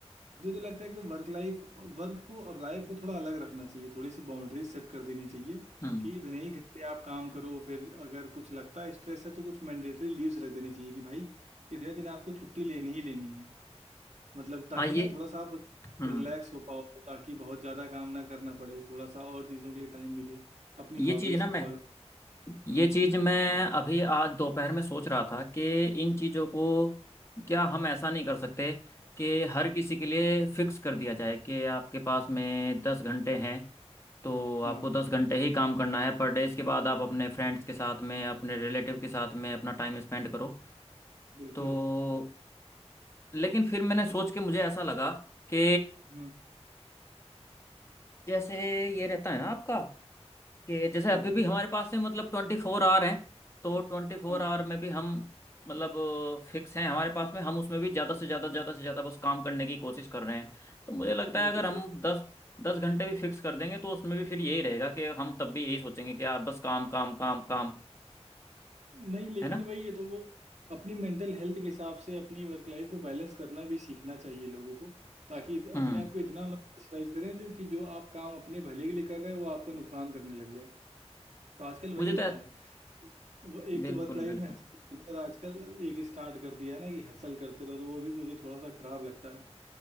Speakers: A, on the right (about 85°); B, on the left (about 25°).
A: मुझे तो लगता है कि वर्क लाइफ वर्क को और लाइफ को थोड़ा अलग रखना चाहिए थोड़ी सी बाउंड्रीज सेट कर देनी चाहिए
B: हम्म
A: कि इतने ही घंटे आप काम करो फिर अगर कुछ लगता है स्ट्रेस है तो कुछ मैंडेटरी लीव्स रख देनी चाहिए कि भाई इतने दिन आपको छुट्टी लेनी ही लेनी है मतलब ताकि
B: हाँ ये
A: ना थोड़ा सा आप
B: हम्म
A: रिलैक्स हो पाओ ताकि बहुत ज़्यादा काम ना करना पड़े थोड़ा सा और चीज़ों के लिए टाइम मिले अपनी
B: ये
A: हॉबीज़
B: चीज़ ना
A: को
B: मैं
A: फॉलो
B: ये
A: हम्म
B: चीज मैं अभी आज दोपहर में सोच रहा था कि इन चीजों को क्या हम ऐसा नहीं कर सकते कि हर किसी के लिए फिक्स कर दिया जाए कि आपके पास में दस घंटे हैं तो
A: हाँ
B: आपको दस घंटे ही काम करना है पर डे इसके बाद आप अपने फ्रेंड्स के साथ में अपने रिलेटिव के साथ में अपना टाइम स्पेंड करो
A: बिल्कुल
B: तो लेकिन फिर मैंने सोच के मुझे ऐसा लगा कि
A: हम्म
B: जैसे ये रहता है ना आपका कि जैसे
A: हाँ
B: अभी भी हमारे पास में मतलब ट्वेंटी फोर आवर हैं तो ट्वेंटी फोर
A: हाँ।
B: आवर में भी हम मतलब फिक्स हैं हमारे पास में हम उसमें भी ज़्यादा से ज़्यादा ज़्यादा से ज़्यादा बस काम करने की कोशिश कर रहे हैं तो मुझे लगता
A: वो
B: है अगर
A: तो सही
B: हम दस दस घंटे भी फिक्स कर देंगे तो उसमें भी फिर यही रहेगा कि हम तब भी यही सोचेंगे कि यार बस काम काम काम काम
A: नहीं लेकिन
B: है ना
A: वही है तो वो अपनी मेंटल हेल्थ के हिसाब से अपनी वर्क लाइफ को बैलेंस करना भी सीखना चाहिए लोगों को ताकि इत-
B: हम्म
A: अपने आप को इतना मत प्रेशराइज करें जो कि जो आप काम अपने भले के लिए कर रहे हैं वो आपको नुकसान करने लग जाए तो आजकल वही
B: मुझे
A: होता
B: तो
A: है वो एक
B: बिल्कुल
A: तो वर्क लाइफ
B: बिल्कुल
A: में हसल कल्चर आजकल एक स्टार्ट कर दिया है ना कि हसल करते रहो तो वो भी मुझे थोड़ा सा खराब लगता है